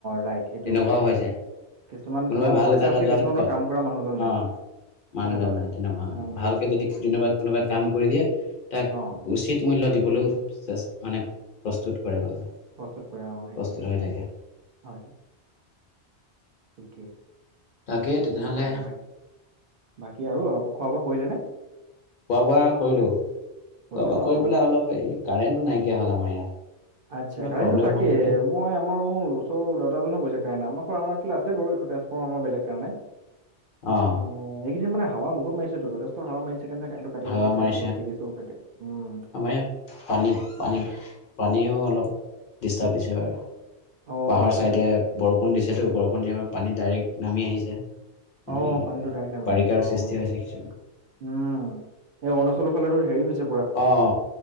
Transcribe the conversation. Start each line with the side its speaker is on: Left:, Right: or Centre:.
Right: ৰাইট সেইটো
Left: তেনেকুৱাও
Right: হয়
Left: হৈছে
Right: কিছুমান
Left: কোনোবাই
Right: অ
Left: ভালে
Right: পইচা
Left: থাককা
Right: আছে
Left: যাম
Right: কিছুমানৰ
Left: কত
Right: কাম কৰা মানুহজন নাই
Left: অ মানুহ
Right: তেনেকুৱা
Left: জান
Right: হয়
Left: নাই তেনেকুৱা মানে
Right: মানুহজনে
Left: ভালকে যদি কোনোবা কোনোবা কাম কৰি দিয়ে তাক
Right: অ
Left: উচিত মূল্য দিবলৈ মানে প্ৰস্তুত কৰে কৰে মানুহে
Right: প্ৰস্তুত কৰে অ সেইটোৱে
Left: প্ৰস্তুত হৈ থাকে
Right: হয় হয় <unintelligible>
Left: তাকেই তেনেহ'লে
Right: আহ ব বাকী আৰু খোৱা বোৱা কৰিলে নে
Left: খোৱা বোৱা কৰিলো
Right: কৰিলে
Left: খোৱা বোৱা
Right: ন
Left: কৰি
Right: অ
Left: পেলাই অলপ এই কাৰেণ্টো নাইকিয়া হ'ল আমাৰ ইয়াত
Right: আচ্ছা
Left: কিবা
Right: কাৰেণ্টটো
Left: প্ৰব্লেম
Right: তাকে
Left: হ'ল নেকি
Right: মই আমাৰ চৰ দাদাজনো কৈছে কাৰণ আমাৰ আাৰিল আছে বাৰু এইটোট্ৰেন্সফৰ্মমাৰ বেলেগ কাৰণে
Left: অঁ
Right: অ এইকেইদিন মানে হাৱা বহুত মাৰিছেতো যথেষ্ট হাৱা মাৰিছে কাৰণে কাৰেণ্টটো কাটি
Left: হাওআ
Right: কাটি দিছে
Left: আমাৰ
Right: নে ক'ৰবাত ছিগি চিগি থাকে। উম,
Left: ইয়াত পানি পানি পানীও অলপ ডষ্টাৰ দিছে বাৰু
Right: অ',
Left: পাহাৰ
Right: আচ্ছা
Left: চাইডে
Right: আচ্ছা,
Left: বৰষুণ দিছেতো বৰষুণ দিয় পানী ডাইৰেক্ট নামি আহিছে এনে
Right: আহ পানীটো তাই নামি
Left: বাৰিষাৰ
Right: আহ আছে অ
Left: সৃষ্টি
Right: সেইটো
Left: হৈছে কিছুমান
Right: উম এ অৰুণচলৰ ফালে হেৰি হৈছে
Left: অঁ